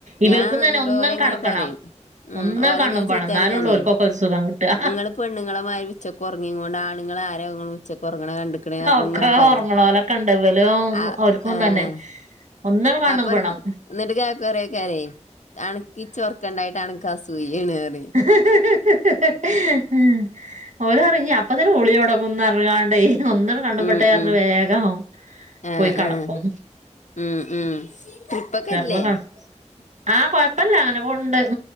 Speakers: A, on the right (about 75°); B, on the left (about 75°).
A: ഇവൽക്കും
B: ഞാൻ
A: തന്നെ
B: ന്നിട്ട്
A: ഒന്നണ്
B: ഓലങ്ങനെ
A: കടക്കണം
B: പറിം ഉംഹ്
A: ഒന്ന്
B: ഓലങ്ങനെ
A: കണ്ണുമ്പണം
B: ചീത്തറിം
A: എന്നാലൊള്ളൂ
B: ഞാനേ
A: ഓൽക്കൊക്കെ ഒരു സുഖം കിട്ടാ
B: നിങ്ങൾ പെണ്ണുങ്ങളെ മാരി ഉച്ചക്ക് ഒറ്ങ്ങിങ്ങൂണ്ട് ആണ്ങ്ങൾ ആര ഇ ഉച്ചക്ക് ഒർങ്ങ്ണത് കണ്ടക്ക്ണേ
A: ഒക്കെ
B: ങ്ങനെ പറും
A: ഉറങ്ങണോലൊക്കെ ഉണ്ട് ഇവലും
B: ആഹ്
A: ഓൽക്കും
B: ഏഹ്
A: തന്നെ ഒന്നണ് കണ്ണുമ്പണം
B: അപ്പം ന്നിട്ടക്ക കൊറേകാലേ അണക്കിച്ചാർക്കണ്ടായിട്ടാണ് നക്ക് അസൂയേന്നറിം
A: <inaudible> ഓരറി ഇഞ്ഞ അപ്പ തന്ന ബുളിഒട്ങ്ങുംന്നർഞ്ഞ്കാണ്ടെ ഒന്നങ് കണ്ണിമ്പട്ടെന്നർഞ്ഞ്
B: ഉം ഉം
A: വേഗം.
B: ആഹ്
A: പോയി കടക്കും
B: ആഹ് ഉം ഉം ട്രിപ്പൊക്കെ
A: ചർ.
B: ഇല്ലേ
A: <unintelligible> ആഹ് കൊഴപ്പല്ല അങ്ങനെ പോവ്ണ്ട്